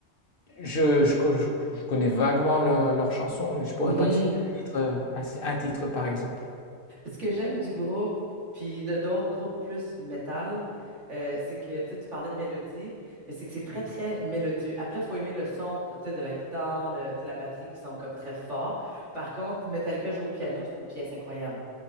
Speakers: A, on the left; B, on the right.
A: je, je co- je- je connais vaguement le- leurs chansons, mais je pourrais
B: <laughs>
A: pas te citer un titre, un, un titre par exemple.
B: Ce que j'aime du groupe, puis de d'autres groupes plus métal, euh, c'est que tu sais, tu parlais de mélodie, mais c'est que c'est très, très mélodieux. Après, il faut aimer le son tu sais, de la guitare, le- tu sais, la batterie qui sont comme très forts. Par contre, Metallica joue au piano, c'est une pièce incroyable.